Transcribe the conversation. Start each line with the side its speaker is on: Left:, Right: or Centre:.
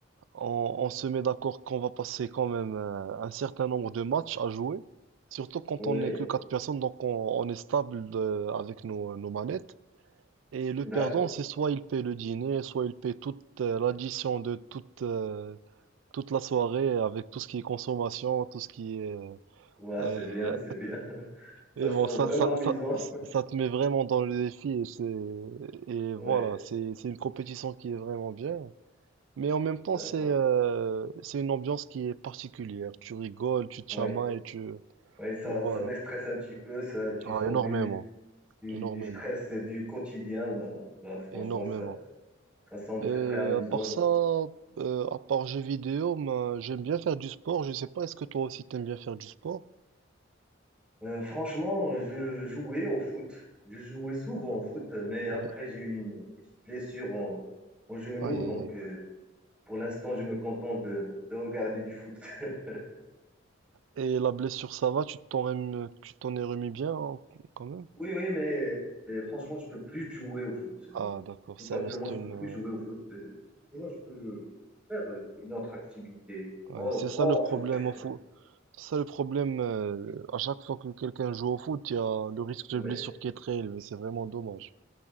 Right: on, on se met d'accord qu'on va passer quand même euh, un certain nombre de matchs à jouer, surtout quand
Centre: Oui,
Right: on n'est que quatre personnes, donc on, on est stable de- avec nos, nos manettes. Et le
Centre: d'accord.
Right: perdant, c'est soit il paye le dîner, soit il paye toute euh, l'addition de toute, euh, toute la soirée avec tout ce qui est consommation, tout ce qui est... euh,
Centre: Ouais,
Right: euh,
Centre: c'est bien, c'est bien. <laughs> Ça
Right: et bon,
Centre: sent
Right: ça,
Centre: vraiment
Right: ça,
Centre: amusant.
Right: ça, ça te met vraiment dans le défi et c'est, et
Centre: Oui,
Right: voilà, c'est, c'est une compétition qui est vraiment bien. Mais en même temps,
Centre: d'accord.
Right: c'est euh, c'est une ambiance qui est particulière. Tu rigoles, tu te
Centre: Oui,
Right: chamailles, tu...
Centre: oui, ça,
Right: Et voilà.
Centre: ça déstresse un petit peu, ça, tu
Right: Ah,
Centre: sors
Right: énormément,
Centre: du, du,
Right: énormément,
Centre: du stress et du quotidien. Ben, ben, franchement,
Right: énormément.
Centre: ça, ça semble
Right: Et
Centre: très, très amusant.
Right: à part ça, euh, à part jeux vidéo, ben, j'aime bien faire du sport. Je sais pas, est-ce que toi aussi t'aimes bien faire du sport?
Centre: Euh, franchement, euh, je jouais au foot. Je jouais souvent au foot, mais après,
Right: Ouais.
Centre: j'ai eu une petite blessure au, au genou.
Right: Aïe,
Centre: Donc,
Right: aïe, aïe.
Centre: euh, pour l'instant, je me contente de, de regarder du foot. <laughs>
Right: Et la blessure, ça va? Tu t'en rem- tu t'en es remis bien, hein, quand même?
Centre: Oui, oui, mais euh, franchement, je peux plus jouer au foot. Euh,
Right: Ah, d'accord,
Centre: Tout
Right: ça
Centre: simplement,
Right: reste
Centre: je
Right: une,
Centre: peux plus jouer au foot. Euh, Sinon, je peux faire euh, une autre activité
Right: Ouais,
Centre: hors,
Right: c'est ça
Centre: hors
Right: le problème
Centre: foot.
Right: au foot.
Centre: <laughs>
Right: C'est ça le problème. euh, à chaque fois que quelqu'un joue au foot, il y a le risque de
Centre: Ouais,
Right: blessure qui est très élevé. C'est vraiment dommage.